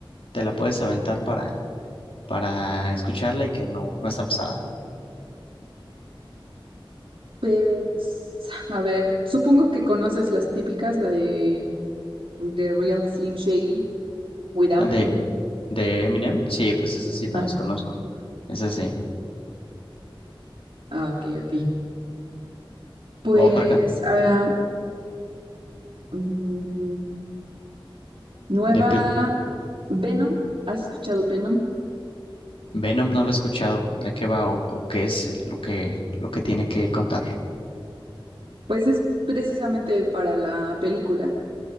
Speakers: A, on the left; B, on the right.
A: te la puedes aventar para, para escucharla y que no, no es tan pesada.
B: Pues, a ver, supongo que conoces las típicas, la de The Real Slim Shady, Without
A: Ah, De,
B: Me.
A: de Eminem, sí, pues esas sí me
B: Ah,
A: las conozco. Esas sí.
B: ah, ok, ok. Pues,
A: Otra can-
B: ah, mm, nueva.
A: de Pl-
B: Venom, ¿has escuchado Venom?
A: Venom no lo he escuchado. ¿De qué va o, o qué es lo que, lo que tiene que contar?
B: Pues es precisamente para la película.